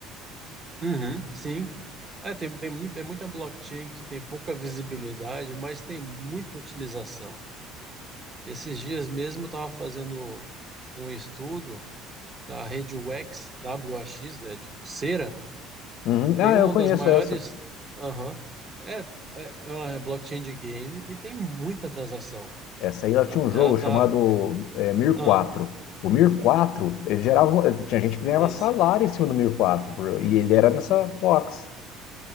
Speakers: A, on the right; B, on the left.
A: Uhum, sim. É, tem, tem muito, tem muita blockchain que tem pouca visibilidade, mas tem muita utilização. Esses dias mesmo eu estava fazendo um estudo da rede WAX, W-A-X, né, de de cera.
B: Uhum.
A: Tem
B: Ah,
A: uma
B: eu conheço
A: das maiores.
B: essa.
A: Aham. é, é, é uma blockchain de game e tem muita transação.
B: Essa aí ela
A: Sabe?
B: tinha um jogo
A: Ela tá.
B: chamado é, Mir
A: Ah,
B: 4. O Mir 4, ele gerava. Tinha gente que ganhava
A: conheci.
B: salário em cima do Mir 4, por- e ele era nessa box.